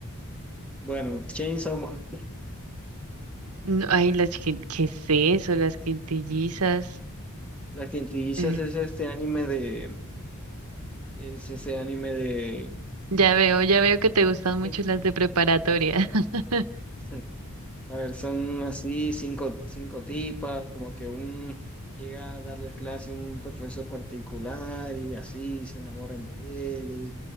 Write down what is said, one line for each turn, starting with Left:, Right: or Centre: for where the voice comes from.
Centre: bueno, Chainsaw Man.
Right: No, ay, las que, ¿qué es eso? Las quintillizas.
Centre: Las quintillizas
Right: Eh,
Centre: es este anime de, es ese anime de
Right: ya veo, ya veo que te gustan
Centre: cinco-
Right: mucho las de preparatoria. <laughs>
Centre: <laughs> A ver, son así cinco, cinco tipas, como que un llega a darles clase un profesor particular y así se enamoran de él y,